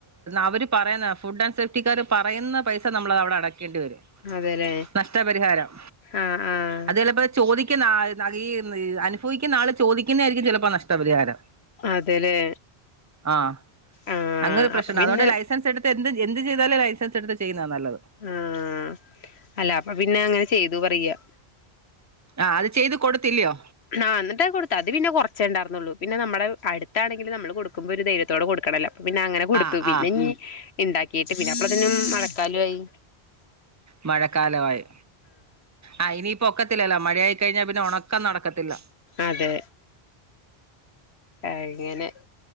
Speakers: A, on the right; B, on the left.
A: അവര് പറയുന്ന ഫുഡ് ആൻഡ് സേഫ്റ്റിക്കാര് പറയുന്ന പൈസ നമ്മളത് അവിടെ അടക്കേണ്ടി വരും.
B: അതെല്ലേ
A: നഷ്ടപരിഹാരം
B: ആഹ് ആഹ്
A: അത് ചെലപ്പൊ ചോദിക്കുന്ന ആ ഈ അനുഭവിക്കുന്ന ആള് ചോദിക്കുന്നയാരിക്കും ചിലപ്പോ നഷ്ടപരിഹാരം.
B: അതെല്ലേ.
A: ആഹ്
B: ആഹ്
A: അങ്ങനൊരു പ്രശ്നൊണ്ട്
B: അപ്പൊ പിന്നെ
A: അതുകൊണ്ട് ലൈസൻസ് എടുത്ത് എന്ത് എന്ത് ചെയ്താലും ലൈസൻസ് എടുത്ത് ചെയ്യുന്നതാ നല്ലത്.
B: ആഹ് അല്ല അപ്പ പിന്നെ അങ്ങനെ ചെയ്തു പറയാ.
A: ആഹ് അത് ചെയ്ത് കൊടുത്തില്ലയോ.
B: നാ എന്നിട്ടത് കൊടുത്തു അത് പിന്നെ കൊറച്ചേ എണ്ടാരുന്നൊള്ളൂ പിന്നെ നമ്മടെ അടുത്താണെങ്കില് നമ്മള് കൊടുക്കുമ്പ ഒരു ധൈര്യത്തോടെ കൊടുക്കണം എല്ലാം പിന്നെ അങ്ങനെ കൊടുത്തു
A: ആഹ്
B: പിന്നെ
A: ആഹ്
B: ഇനീ ഇണ്ടാക്കീട്ട് പിന്നെ അപ്പളത്തിനും മഴക്കാലായി.
A: മഴക്കാലവായി. ആഹ് ഇനിയപ്പ ഒക്കത്തില്ലല്ലൊ മഴയായിക്കഴിഞ്ഞാ പിന്നെ ഒണക്കം നടക്കത്തില്ല.
B: അതെ അങ്ങനെ.